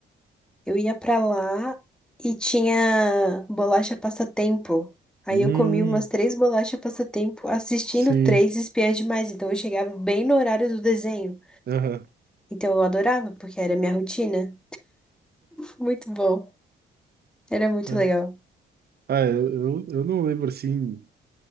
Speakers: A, in the centre; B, on the right.
A: Eu ia para lá e tinha bolacha passatempo. Aí
B: Hum,
A: eu comi umas três bolachas passatempo assistindo
B: sim.
A: três espiãs demais. Então eu chegava bem no horário do desenho.
B: Aham.
A: Então eu adorava, porque era minha rotina. Muito bom. Era muito
B: é.
A: legal.
B: Ah, eu, eu, eu não lembro assim.